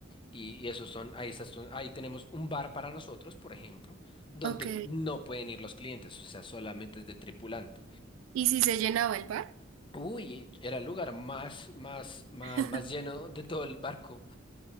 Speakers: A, on the left; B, on the right.
A: Y, y esos son, ahí, esas son- ahí tenemos un bar para nosotros, por ejemplo, donde
B: Ok.
A: no pueden ir los clientes, o sea, solamente es de tripulante.
B: ¿Y si se llenaba el bar?
A: Uy, era el lugar más, más, más,
B: <laughs>
A: más lleno de todo el barco.